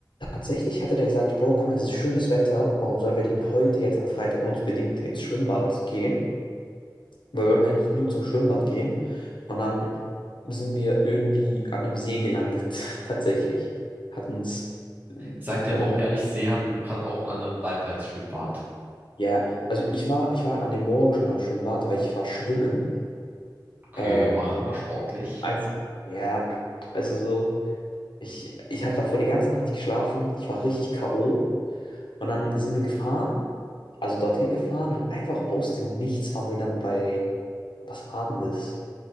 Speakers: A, on the left (about 85°); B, on the right (about 25°).
A: tatsächlich hat er dann gesagt, Bro, guck mal, es ist schönes Wetter, warum sollen wir denn heute jetzt am Freitag unbedingt ins Schwimmbad gehen? Wir wollten eigentlich nur zum Schwimmbad gehen und dann sind wir irgendwie an einem See gelandet, <laughs> tatsächlich. Hat uns,
B: Ich sag dir
A: hat
B: aber
A: uns,
B: auch ehrlich, See hat, hat auch einen anderen Vibe als Schwimmbad.
A: ja, also ich war, ich war an dem Morgen schon am Schwimmbad, weil ich war schwimmen.
B: Okay,
A: Ähm,
B: Macher, sportlich.
A: einfach, ja, also so. Ich, ich habe davor die ganze Nacht nicht geschlafen. Ich war richtig K.O. Und dann sind wir gefahren, also dorthin gefahren und einfach aus dem Nichts waren wir dann bei, was war denn das?